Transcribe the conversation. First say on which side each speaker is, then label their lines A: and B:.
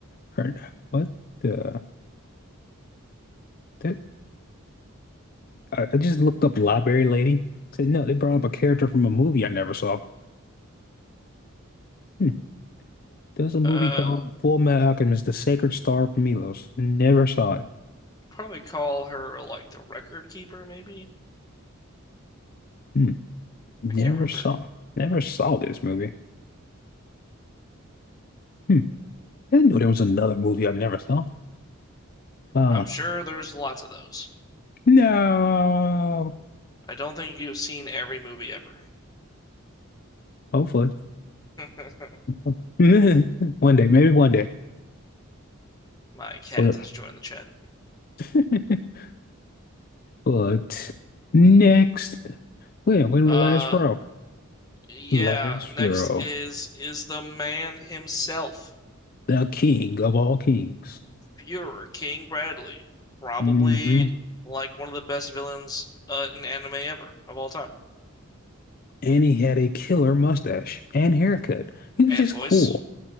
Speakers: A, on the left; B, on the left.
A: Her, what the that I, I just looked up Library Lady. Said no, they brought up a character from a movie I never saw. Hmm. There's a movie
B: Uh,
A: called Full Metal Alchemist: The Sacred Star of Milos. Never saw it.
B: probably call her like the record keeper, maybe?
A: Hmm. Never
B: I can't remember.
A: saw. Never saw this movie. Hmm. I didn't know there was another movie I've never saw. Uh
B: I'm sure there's lots of those.
A: no.
B: I don't think you've seen every movie ever.
A: Hopefully.
B: <laughs>
A: <laughs> One day, maybe one day.
B: My cat
A: Hold
B: has
A: up.
B: joined the chat.
A: <laughs> But next, wait, we're in
B: Uh,
A: the last row.
B: yeah,
A: Last
B: next
A: row.
B: is is the man himself,
A: The king of all kings.
B: Fuhrer, King Bradley. Probably
A: hmm
B: like one of the best villains uh, in anime ever of all time.
A: And he had a killer mustache and haircut. He was
B: And
A: just
B: voice,
A: cool.